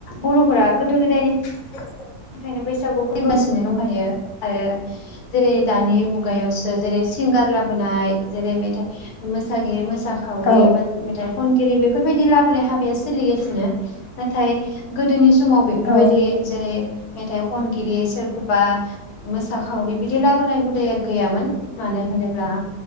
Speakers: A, on the left; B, on the left.
A: बर'फोरा गोदो गोदायनि
B: <inaudible>
A: ओंखायनो बैसागु फैगासिनो दंखायो आरो जेरै दानि मुगायावसो जेरै सिंगार लाबोनाय जेरै मेथाइ मोसागिरि साखावरिबो
B: औ
A: मेथाइ खनगिरि बेफोरबायदि लाबोनाय हाबाया सोलिगासिनो नाथाय गोदोनि स समाव बेफोरबायदि
B: औ
A: जेरै मेथाइ खनगिरि सोरखौबा मोसाखावरि बिदि लाबोनाय हुदाया गैयामोन मानो होनोब्ला